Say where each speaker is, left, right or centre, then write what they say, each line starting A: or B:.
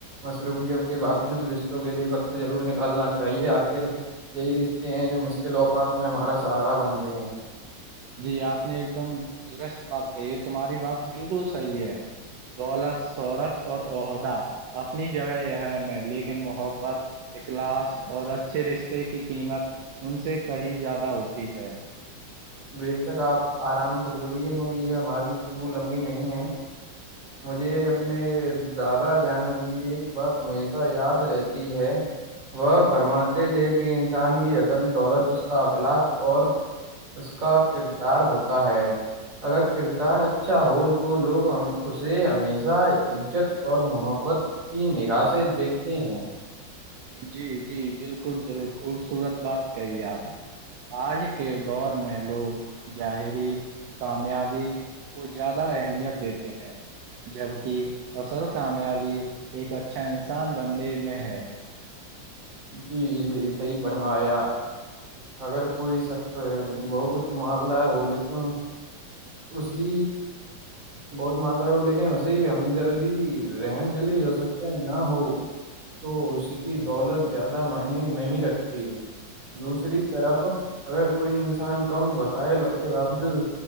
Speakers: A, on the right; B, on the right.
A: مصروفیت کے باوجود رشتوں کے لیے ضرور نکالنا چاہیے آخر یہی رشتے ہیں جو مشکل اوقات میں ہمارا سہارا بنتے ہیں
B: جی آپ نے ایک دم درست بات کہی ہے تمہاری بات بالکل صحیح ہے دولت شہرت اور عہدہ اپنی جگہ یہ ہے لیکن محبت کلاس اور اچھے رشتے کی قیمت ان سے کہیں زیادہ ہوتی ہے
A: بیےش تک آپ آرام سے بولیے کیونکہ یہ ہماری گفتگو لمبی نہیں ہے مجھے اپنے دادا جان کی ایک بات ہمیشہ یاد رہتی ہے وہ فرماتے تھے کہ انسان کی چل دولت اس کا اخلاق اور اس کا کردار ہوتا ہے اگر کردار اچھا ہو تو لوگ اسے ہمیشہ عزت اور محبت کی نگاہشیں دیکھتے ہیں
B: جی جی بالکل ضرور خوبصورت بات کہی آپ آج کے دور میں لوگ ظاہری کامیابی کو زیادہ اہمیت دیتے ہیں جبک اصل کامیابی ایک اچھا انسان بننے میں ہے
A: جی جی صحیح فرمایا اگر کوئی شخص بہ مالدار ہو لیکن اسی بہت مالدار ہو لیکن اسی ہمدردی رحم دلی اور سچائی نہ ہو تو اس کی دولت زیادہ معنی نہیں رکھتی دوسری طرف اگر کوئی انسان کم وسائل کے باوجود